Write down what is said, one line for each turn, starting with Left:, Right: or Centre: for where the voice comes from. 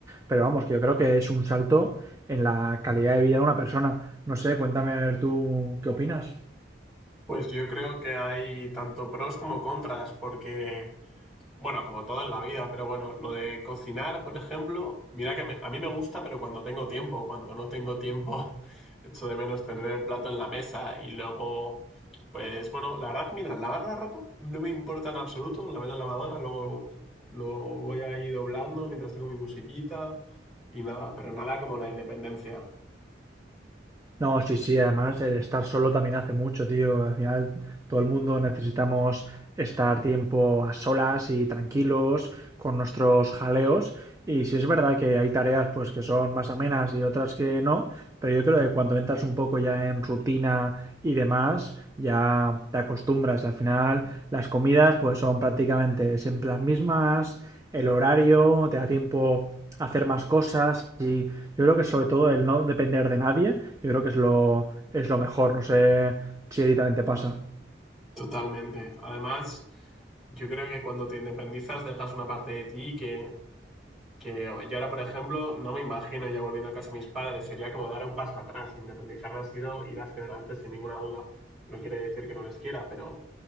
Right: pero vamos, que yo creo que es un salto en la calidad de vida de una persona. No sé, cuéntame tú qué opinas.
Centre: Pues yo creo que hay tanto pros como contras, porque... Bueno, como todo en la vida, pero bueno, lo de cocinar, por ejemplo, mira que me- a mí me gusta, pero cuando tengo tiempo, cuando no tengo tiempo, <laughs> echo de menos tener el plato en la mesa y luego, pues bueno, la verdad que mira, lavar la ropa no me importa en absoluto, la meto en la lavadora, luego lo voy a ir doblando mientras tengo mi musiquita y nada, pero nada como la independencia,
Right: No, sí, sí, además el estar solo también hace mucho, tío. Al final todo el mundo necesitamos estar tiempo a solas y tranquilos con nuestros jaleos. Y sí es verdad que hay tareas pues que son más amenas y otras que no, pero yo creo que cuando entras un poco ya en rutina y demás, ya te acostumbras. Al final las comidas pues son prácticamente siempre las mismas, el horario, te da tiempo a hacer más cosas. y yo creo que sobre todo el no depender de nadie, yo creo que es lo, es lo mejor. No sé si a pasa.
Centre: totalmente. Además, yo creo que cuando te independizas dejas una parte de ti que Que yo ahora, por ejemplo, no me imagino ya volviendo a casa de mis padres. Sería como dar un paso atrás. Independizarme ha sido ir hacia adelante sin ninguna duda. No quiere decir que no les quiera, pero